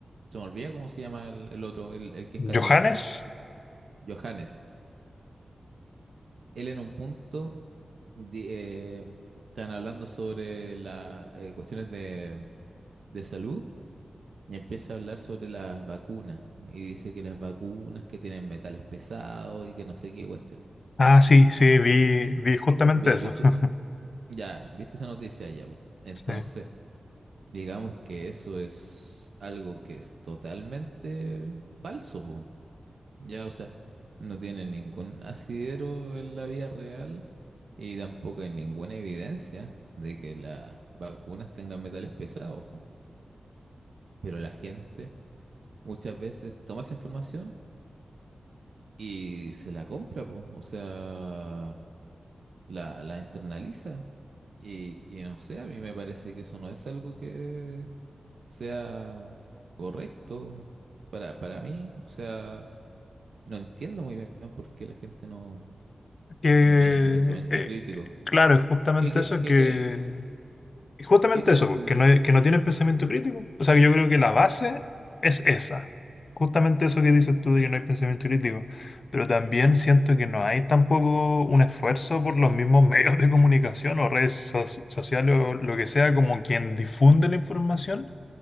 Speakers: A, on the right; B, on the left.
A: se me olvida cómo se llama el, el otro, el, el que es candidato.
B: Johannes.
A: Johannes. Él en un punto di- eh, están hablando sobre las cuestiones de, de salud y empieza a hablar sobre las vacunas. Y dice que las vacunas que tienen metales pesados y que no sé qué cuestión.
B: Ah, sí, sí, vi, vi justamente
A: Ve-
B: eso.
A: ¿Viste?
B: <laughs>
A: Ya, ¿viste esa noticia ya? po. Entonces.
B: Sí.
A: Digamos que eso es algo que es totalmente falso, po. Ya, o sea, no tiene ningún asidero en la vida real y tampoco hay ninguna evidencia de que las vacunas tengan metales pesados, po. Pero la gente muchas veces toma esa información y se la compra, po. O sea, la, la internaliza. Y, y no sé, a mí me parece que eso no es algo que sea correcto para, para mí. O sea, no entiendo muy bien por qué la gente no,
B: Que,
A: no tiene ese pensamiento
B: eh,
A: crítico.
B: claro, es justamente
A: ¿Qué, qué,
B: eso
A: qué
B: que...
A: crees?
B: Y Justamente
A: ¿Qué crees
B: eso, pues,
A: tú?
B: que no, que no tienen pensamiento crítico. O sea, que yo creo que la base es esa. Justamente eso que dices tú de que no hay pensamiento crítico. Pero también siento que no hay tampoco un esfuerzo por los mismos <laughs> medios de comunicación o redes so- sociales o lo que sea, como quien difunde la información